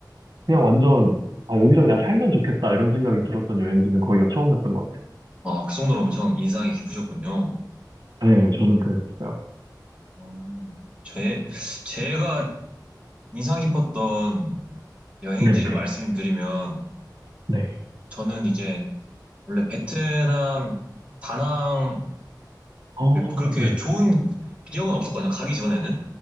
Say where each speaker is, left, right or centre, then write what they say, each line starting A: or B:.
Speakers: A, on the right; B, on the right.
A: 그냥 완전 아 여기서 그냥 살면 좋겠다 이런 생각이 들었던 여행지는 거기가 처음이었던 것 같아요.
B: 아, 그 정도로 엄청 인상이 깊으셨군요.
A: 네, 저는 그랬었어요.
B: 어, 제, 제가 인상 깊었던 여행지를
A: 네네.
B: 말씀드리면,
A: 네. 네.
B: 저는 이제 원래 베트남 다낭을
A: 어,
B: 그렇게
A: 네.
B: 좋은 기억은 없었거든요. 가기 전에는.